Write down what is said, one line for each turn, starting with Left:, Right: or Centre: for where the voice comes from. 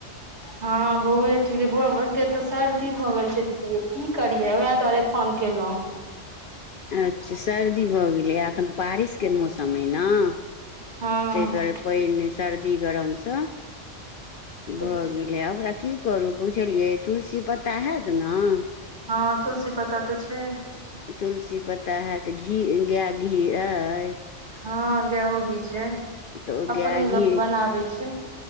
Right: हँ बौए ठीक है बौआ के तऽ सर्दी भऽ गेल छै दीदीए की करियै उएह दुआरे द्वारे फोन केलहुँ
Left: अच्छा सर्दी भऽ गेलैए अखन बारिशके मौसम अइ नऽ
Right: हँ
Left: तहि दुआरे पैन मऽ सर्दी गरमसँ भऽ
Right: तऽ
Left: गेलै आ ओकरा की करू बुझलियै तुलसी पत्ता हैत नऽ
Right: हँ तुल्सी पता तऽ छै
Left: तुलसी पत्ता हैत घी गाय घी अइ
Right: हँ गायो घी छै
Left: तऽ ओ गाय
Right: अपने
Left: घी
Right: लोक बनाबै छै